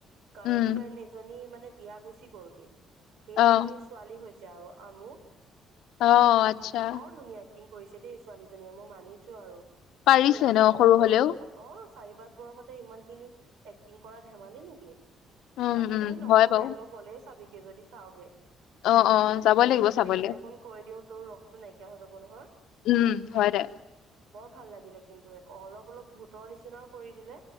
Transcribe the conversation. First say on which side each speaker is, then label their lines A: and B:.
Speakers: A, on the right; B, on the left.
A: গাৰ্লফ্ৰেণ্ড
B: উম,
A: এজনী মানে বিয়া গুচি গ'লগে। সেইজনী
B: অ',
A: ছোৱালী হৈছে আৰু আমু
B: অ', আচ্ছা
A: বৰ ধুনীয়া। এক্টিং কৰিছে দেই ছোৱালীজনীয়ে মই মানিছোঁ আৰু,
B: পাৰিছে
A: ইমান
B: ন
A: সৰু কম
B: হলেও
A: বয়সত অ' চাৰি পাঁচ বয়সতে ইমানখিনি এক্টিং কৰা ধেমালি নেকি।
B: উম,
A: বাকীখিনি
B: উম,
A: নকও
B: হয় বাৰু
A: দে, তই গ'লে চাবিগে যদি চাওগে।
B: অ', অ' যাব
A: তোক
B: লাগিব
A: যদি
B: চাবলে
A: গোটেইখন কৈ দিও তোৰ ৰসটো নাইকিয়া হৈ যাব নহয়।
B: উম, হয় দে।
A: বৰ ভাল লাগিলে কিন্তু অলপ অলপ ভূতৰ নিচিনাও কৰি দিলে।